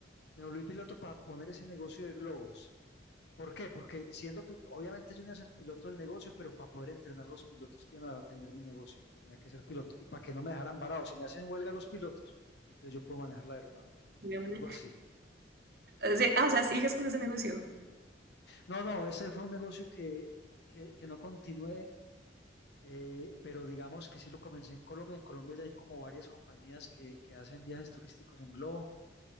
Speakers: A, on the left (about 65°); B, on the right (about 55°).
A: me volví piloto para poner ese negocio de globos. ¿Por qué? Porque siendo, pi- obviamente yo no iba a ser el piloto del negocio, pero para poder entrenar los pilotos que iban a atender mi negocio, tenía que ser piloto. Y para que no me dejaran varado, si me hacen huelga los pilotos, entonces yo puedo manejar la aeronave,
B: buena.
A: algo así.
B: O sea, ah, o sea, sigues con ese negocio.
A: No, no, ese fue un negocio que, que, que no continué, eh, pero digamos que sí lo comencé en Colombia. En Colombia ya hay como varias compañías que, que hacen viajes turísticos en globo.